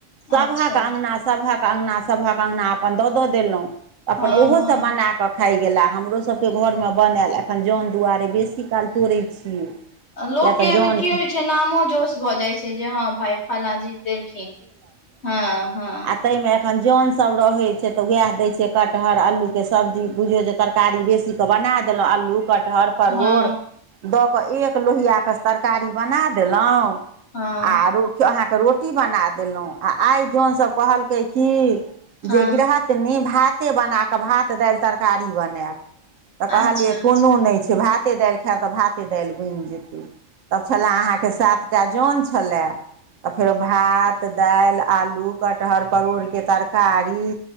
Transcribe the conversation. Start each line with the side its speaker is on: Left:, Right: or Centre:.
Right: सभक
Left: अच्छा
Right: अगना सभक अङगना अपन दऽ दऽ देलहुँ अपन
Left: हँ
Right: ओहो
Left: हँ
Right: सब बना क। क खाइ गेला हमरोसभके घरमे बनायल एखन जन दुआरे बेसी काल तोड़ै छियै।
Left: लोकके
Right: किया तऽ
Left: एहिमे
Right: जन
Left: की होइ छै नामो ज श भऽ जाइ छै जे हँ भााय फला जी देलखिन। हँ हँ।
Right: आओर ताहिमे एखन जनसब रहै छै तऽ वएह दै छियै कटहर आलूके सब्जी बुझियौ जे तरकारी बेसी। केऽ बना देलहुँ अल्लू कटहर। परोड़
Left: हँ
Right: दऽ कऽ एक लोहिआके तरकारी बना देलहुँ।
Left: हँ
Right: आर अहाँकेँ रोटी बना देलहुँ आ आइ जनसभ कहलकै क। की
Left: हँ
Right: जे गृहथनि भाते बना कऽ भात दालि तरकारी बनायब। तऽ कहलियै
Left: अच्छा
Right: कोनो नहि छै भाते दालि खायब तऽ भाते दालि बनि जेतै। तब छलए अहाँके सात टा जन छलए। तऽ फेरो भात दालि आलू कटहर परोरके तरकारी।